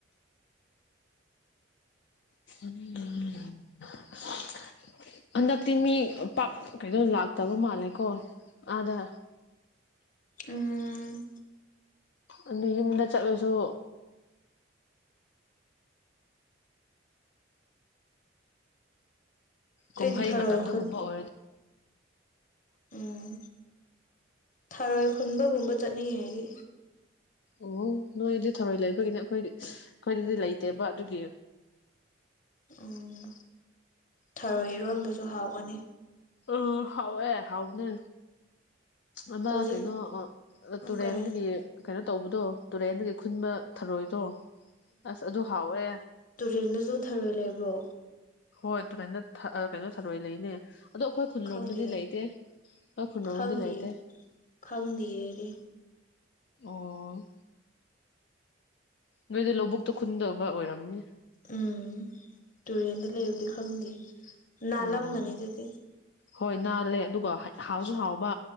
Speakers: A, on the left (about 60°); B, on the left (about 40°).
A: <unintelligible> ꯍꯟꯗꯛꯇꯤ ꯃꯤ ꯄꯥꯛ ꯀꯩꯅꯣ ꯂꯥꯛꯇꯕ ꯃꯥꯜꯂꯦꯀꯣ ꯑꯥꯗ
B: ꯎꯝ
A: ꯑꯗꯨ ꯌꯨꯝꯗ ꯆꯠꯂꯁꯨ ꯀꯨꯝꯍꯩ
B: ꯑꯩꯗꯤ ꯊꯔꯣꯏ
A: ꯃꯇꯝꯗꯒꯨꯝꯕ
B: ꯈꯨꯟ
A: ꯑꯣꯏꯔꯗꯤ
B: ꯎꯝ ꯊꯔꯣꯏ ꯈꯨꯟꯕꯒꯨꯝꯕ ‌ꯆꯠꯅꯤꯡꯉꯦ ꯑꯩꯗꯤ
A: ꯑꯣ ꯅꯣꯏꯗꯤ ꯊꯧꯔꯣꯏ ꯂꯩꯕꯒꯤꯅꯦ ꯑꯩꯈꯣꯏꯗꯤ ꯑꯩꯈꯣꯏꯗꯗꯤ ꯂꯩꯇꯦꯕ ꯑꯗꯨꯒꯤ
B: ꯎꯝ ꯊꯔꯣꯏ ꯏꯔꯣꯟꯕꯁꯨ ꯍꯥꯎꯕꯅꯤ
A: ꯑꯥ ꯍꯥꯎꯋꯦ ꯍꯥꯎꯕꯅꯦ ꯑꯃ
B: ꯍꯧꯖꯤꯛ
A: ꯀꯩꯅꯣ ꯑꯥ ꯇꯨꯔꯦꯟꯗꯒꯤ
B: ꯀꯩ
A: ꯀꯩꯅꯣ ꯇꯧꯕꯗꯣ ꯇꯨꯔꯦꯟꯗꯒꯤ ꯈꯨꯟꯕ ꯊꯔꯣꯏꯗꯣ ꯑꯁ ꯑꯗꯨ ꯍꯥꯎꯋꯦ
B: ꯇꯨꯔꯦꯟꯗꯖꯨ ꯊꯔꯣꯏ ꯂꯩꯕ꯭ꯔꯣ
A: ꯍꯣꯏ ꯇꯨꯔꯦꯜꯗ ꯊꯥ ꯀꯩꯅꯣ ꯊꯔꯣꯏ ꯂꯩꯅꯦ ꯑꯗꯣ ꯑꯩꯈꯣꯏ ꯈꯨꯟꯂꯣꯝꯗꯗꯤ
B: ꯈꯪꯗꯦ
A: ꯂꯩꯇꯦ ꯑꯩꯈꯣꯏ ꯈꯨꯟꯂꯣꯝꯗꯗꯤ
B: ꯈꯪꯗꯦ
A: ꯂꯩꯇꯦ
B: ꯈꯪꯗꯤꯌꯦ ꯑꯩꯗꯤ
A: ꯑꯣ ꯅꯣꯏꯗꯤ ꯂꯧꯕꯨꯛꯇ ꯈꯨꯟꯗꯧꯕ ꯑꯣꯏꯔꯝꯅꯤ
B: ꯎꯝ ꯇꯨꯔꯦꯟꯗ ꯂꯩꯕꯗꯤ ꯈꯪꯗꯦ ꯅꯥꯜꯂꯝꯒꯅꯤ
A: ꯑꯣ
B: ꯑꯗꯨꯗꯤ
A: ꯍꯣꯏ ꯅꯥꯜꯂꯦ ꯑꯗꯨꯒ ꯍꯥꯎꯁꯨ ꯍꯥꯎꯕ